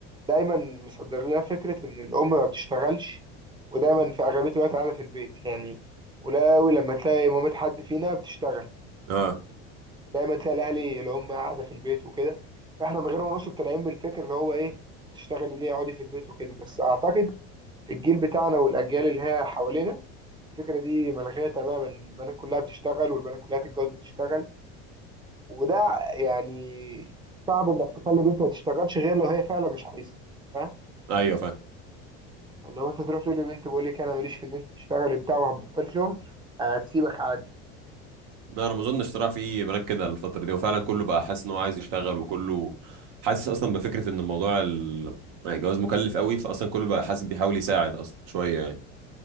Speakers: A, on the right; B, on the right.
A: دايما مصدر لنا فكره ان الام ما بتشتغلش ودايما في اغلبيه الوقت قاعده في البيت يعني ولا أوي لما تلاقي مامة حد فينا بتشتغل
B: اه
A: دايما تلاقي الاهلي الام قاعده في البيت وكده فاحنا من غير ما نوصل طالعين بالفكر اللي هو ايه تشتغلي ليه اقعدي في البيت وكده بس اعتقد في الجيل بتاعنا والاجيال اللي هي حوالينا الفكره دي ملغيه تماما البنات كلها بتشتغل والبنات كلها تتجوز بتشتغل وده يعني صعب انك تخلي بنت ما تشتغلش غير لو هي فعلا مش عايزه فاهم
B: ايوه فاهم
A: اللي هو انت تروح تقول لبنت بقول لك انا ماليش في ان انت تشتغلي بتاع وهتبطلي شغل هتسيبك عادي
B: لا انا ما اظنش صراحه في بنات كده الفتره دي وفعلا كله بقى حاسس ان هو عايز يشتغل وكله حاسس اصلا بفكره ان الموضوع ال... يعني الجواز مكلف قوي فاصلا كله بقى حاسس بيحاول يساعد اصلا شويه يعني